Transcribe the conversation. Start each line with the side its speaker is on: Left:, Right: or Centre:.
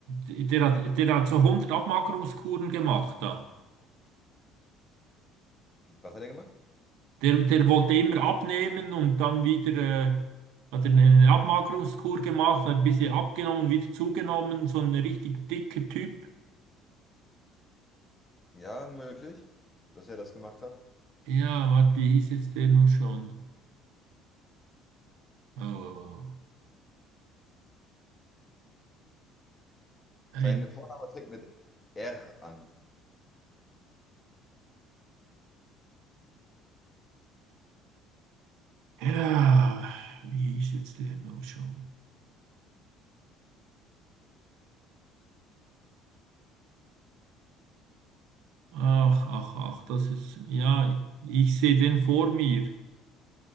Right: der hat, der hat so hundert Abmagerungskuren gemacht da.
Left: Was hat er gemacht?
Right: Der, der wollte immer abnehmen und dann wieder äh, hat er eine Abmagerungskur gemacht, hat ein bisschen abgenommen, wieder zugenommen, so ein richtig dicker Typ.
Left: Ja, möglich, dass er das gemacht hat.
Right: Ja, warte, wie hieß jetzt der nur schon? Oh, oh, oh. Ein,
Left: Sein Vorname fängt mit R an.
Right: ja, wie hieß jetzt der nur schon? Ach, ach, ach, das ist, ja, ich sehe den vor mir.